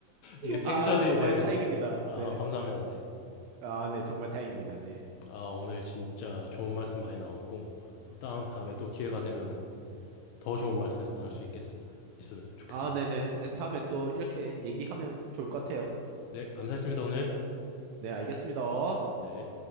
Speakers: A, on the left; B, on the right.
A: 이게 텐션이,
B: 아, 정말
A: 네.
B: 다행입니다.
A: 아,
B: 네.
A: 감사합니다. 네.
B: 아, 네, 정말 다행입니다. 네.
A: 아, 오늘 진짜 좋은 말씀 많이 나왔고, 다음, 다음에 또 기회가 되면은 더 좋은 말씀 나눌 수 있겠으면, 있으면 좋겠습니다.
B: 아, 네네. 네, 다음에
A: 네.
B: 또 이렇게 얘기하면 좋을 것 같아요.
A: 네, 감사했습니다, 오늘.
B: 네, 알겠습니다.
A: 네.